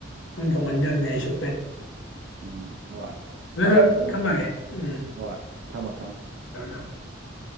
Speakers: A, on the left; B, on the right.
A: ꯊꯣꯛꯃꯟꯗꯕꯅꯤꯅꯥ ꯑꯩꯁꯨ
B: ꯎꯝ ꯍꯣꯏ ꯑ
A: <unintelligible> <unintelligible>
B: ꯑꯗꯨꯝ
A: ꯊꯝꯃꯒꯦ ꯎꯝ
B: ꯍꯣꯏ ꯊꯝꯃꯣ ꯊꯝꯃꯣ
A: <unintelligible>